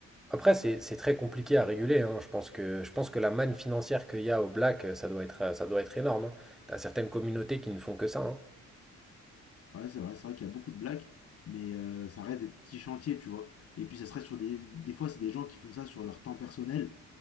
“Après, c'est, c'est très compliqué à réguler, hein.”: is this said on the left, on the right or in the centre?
Centre